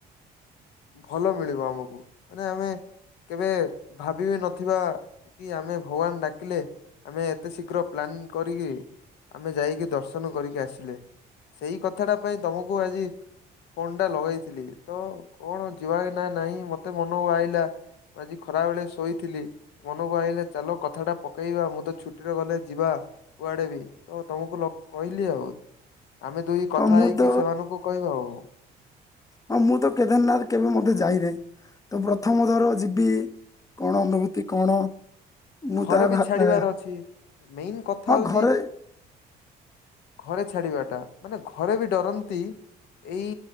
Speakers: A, on the left; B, on the left.
A: ଭଲ ମିଳିବ ଆମକୁ ମାନେ ଆମେ କେବେ ଭାବି ବି ନଥିବା କି ଆମେ ଭଗବାନ ଡାକିଲେ ଆମେ ଏତେ ଶୀଘ୍ର ପ୍ଲାନ କରିକି ଆମେ ଯାଇକି ଦର୍ଶନ କରିକି ଆସିଲେ ସେଇ କଥାଟା ପାଇଁ ତମକୁ ଆଜି ଫୋନ ଟା ଲଗେଇଥିଲି ତ କଣ ଯିବା ନା ନାହିଁ ମ ମତେ ମନକୁ ଆଇିଲା ମୁ ଆଜି ଖରାବେଳେ ଶୋଇଥିଲି ମନକୁ ଆଇିଲା ଚାଲ କଥାଟା ପ କେଇବା ମୁଁ ତ ଛୁଟିରେ ଗଲେ ଯିବା କୁଆଡେ ବି ତ ତମକୁ କହିଲି ଆଉ ଆମେ ଦୁଇ
B: ହଁ
A: କଥା
B: ମୁଁ
A: ହେଇକି
B: ତ
A: ସେମାନଙ୍କୁ କହିବା ଆଉ।
B: ହଁ ମୁଁ ତ କେଦାରନାଥ କେବେ ମଧ୍ୟ ଯାଇନାହି। ତ ପ୍ରଥମ ଥର ଯିବି କଣ ଅନୁଭୂତି କଣ? ମୁଁ
A: ଘରେ
B: ତାହା
A: ବି
B: ଭା
A: ଛାଡିବାର
B: ଆ
A: ଅଛି ।ମେନ୍ କଥା
B: ହଁ
A: ହଉଚି
B: ଘରେ
A: ଘରେ ଛାଡିବା ଟା ମାନେ ଘରେ ବି ଡରନ୍ତି। ଏଇ